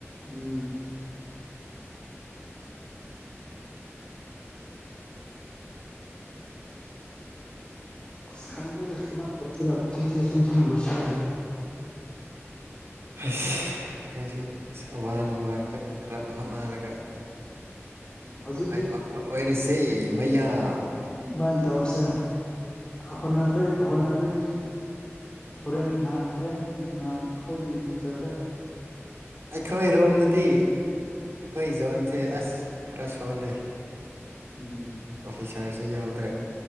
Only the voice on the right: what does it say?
ꯍꯩꯁ ꯑꯩꯈꯣꯏꯁꯨ ꯑꯁ ꯋꯥꯅ ꯋꯥꯔꯁꯨ ꯈꯔ ꯍꯣꯠꯅꯔꯒ
ꯃꯥꯏ ꯄꯥꯛꯄ ꯑꯣꯏꯔꯁꯦ ꯃꯌꯥꯝ
ꯑꯩꯈꯣꯏꯔꯣꯝꯗꯗꯤ ꯑꯩꯈꯣꯏ ꯖꯣꯟꯁꯦ ꯑꯁ ꯈꯔ ꯁꯣꯜꯂꯦ
ꯑꯣꯐꯤꯁꯔꯁꯨ ꯌꯥꯎꯗ꯭ꯔꯦ